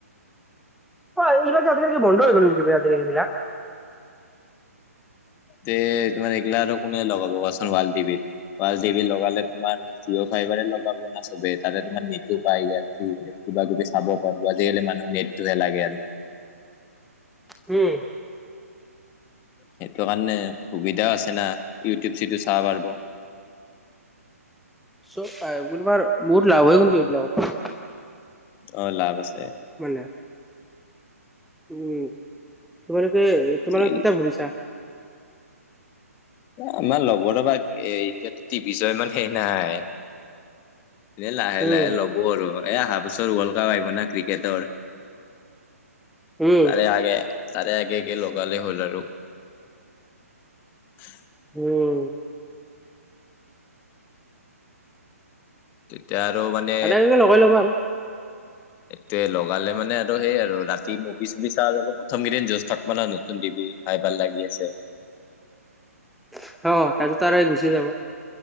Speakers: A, in the centre; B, on the left (about 20°).
A: অঁ এইবিলাক যে আজিকালি যে বন্ধ হৈ গল নেকি বে আজিকালি এইবিলাক।
B: তে তোমাৰ এগিলা আৰু কোনে লগাব কোৱাচোন ৱাল টিভি। ৱাল টিভি লগালে তোমাৰ জিঅ' ফাইভাৰে লগাব না চবে। তাতে তোমাৰ নেটো পায় কিবা কিবি চাব পাব। আজিকালি মানুহ নেটটোহে লাগে আৰু।
A: উম।
B: সেইটো কাৰণে সুবিধাও আছে না ইউটিউব চিউটিউব চাব পাৰিব।
A: চব পাই, বহুত লাভ হৈ গল এইবিলাকৰ।
B: অঁ লাভ আছে।
A: মানে- উম তোমালোকে তোমালোকৰ
B: আজিকালি
A: কেতিয়া ভাবিছা?
B: আমাৰ লগৰ এতিয়া টিভি চোৱা ইমান হেই নাই। এনে লাহে
A: উম
B: লাহে ল'ব আৰু এয়া অহা বছৰ ৱৰ্ল্ড কাপ আহিব না ক্ৰিকেটৰ।
A: উম
B: তাৰে আগে তাৰে আগে আগে লগালে হ'ল আৰু। উম।
A: উম।
B: তেতিয়া আৰু মানে
A: আগে আগে লগাই লবা আৰু।
B: এতিয়া লগালে মানে আৰু সেই আৰু ৰাতি মুভি চুভি চোৱা যাব, প্ৰথম কেইদিন যজ থাকিব ন নতুন টিভি। খাই ভাল লাগি আছে।
A: অঁ তাৰপিছতো আৰু এই গুচি যাব।